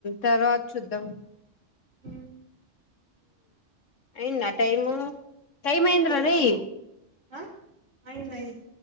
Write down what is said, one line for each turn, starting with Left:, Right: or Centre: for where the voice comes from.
Left: తర్వాత చూద్దాం
Right: మ్మ్
Left: ఎన్న టైము టైం
Right: ఆ
Left: అయిందిరా
Right: ఇంది కచ్చి
Left: రేయ్
Right: ఆ అయింది అయింది